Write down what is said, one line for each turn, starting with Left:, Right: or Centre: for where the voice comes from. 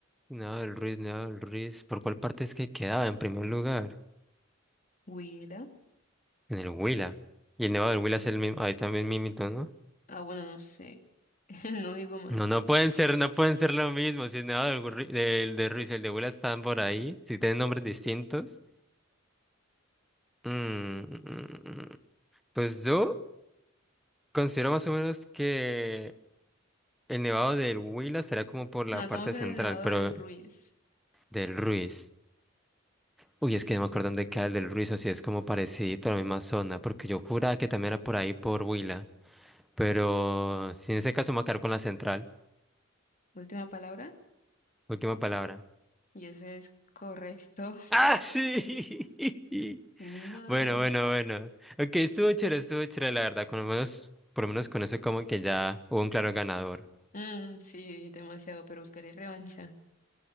Centre: Nevado del Ruiz, Nevado del Ruiz. ¿Por cuál parte es que quedaba en primer lugar?
Left: Huila.
Centre: En el Huila. Y el Nevado del Huila es el mismo. Ahí también Mimito, ¿no?
Left: Ah, bueno, no sé. <laughs> No digo más.
Centre: No, no pueden ser, no pueden ser lo mismo. Si el Nevado del, Gurri- del de Ruiz y el de Huila están por ahí, si tienen nombres distintos. Mm, mm, mm. Pues yo considero más o menos que el Nevado del Huila será como por la
Left: No, estamos
Centre: parte
Left: en
Centre: central,
Left: el Nevado
Centre: pero
Left: del Ruiz.
Centre: del Ruiz. Uy, es que no me acuerdo dónde queda el del Ruiz, o si es como parecido a la misma zona, porque yo juraba que también era por ahí por Huila. Pero si en ese caso me voy a quedar con la central.
Left: Última palabra.
Centre: Última palabra.
Left: Y eso es correcto.
Centre: ¡Ah, sí! <laughs>
Left: <laughs> No.
Centre: Bueno, bueno, bueno. Ok, estuvo chévere, estuvo chévere, la verdad. Con lo menos, por lo menos con eso como que ya hubo un claro ganador.
Left: Mm, sí, demasiado, pero buscaré revancha.